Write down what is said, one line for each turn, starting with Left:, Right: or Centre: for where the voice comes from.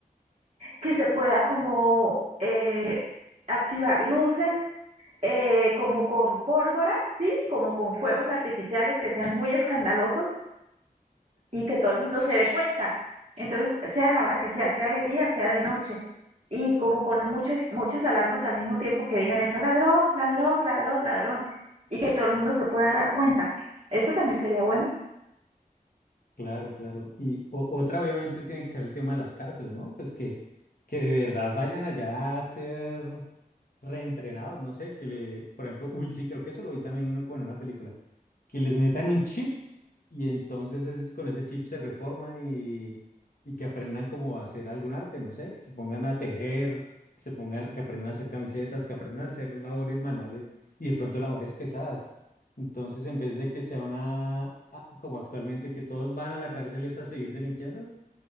Right: que se pueda como eh, activar luces eh, como con pólvora, ¿sí? Como con fuegos artificiales que sean muy escandalosos y que todo el mundo se dé cuenta. Entonces, sea la hora que sea, sea de día, sea de noche, y como con muchas, muchas alarmas al mismo tiempo que digan eso, ladrón, ladrón, ladrón, ladrón, y que todo el mundo se pueda dar cuenta. Eso también sería bueno.
Left: Claro, claro. Y o- otra obviamente tiene que ser el tema de las cárceles, ¿no? Pues que, que de verdad vayan allá a ser reentrenados, no sé, que le, por ejemplo, uy, sí, creo que eso lo vi también en una- como en una película, que les metan un chip y entonces es- con ese chip se reforman y, y que aprendan como a hacer algún arte, no sé, que se pongan a tejer, que se pongan, que aprendan a hacer camisetas, que aprendan a hacer labores manuales y de pronto labores pesadas. Entonces, en vez de que sea una, ah, como actualmente, que todos van a la cárcel es a seguir delinquiendo,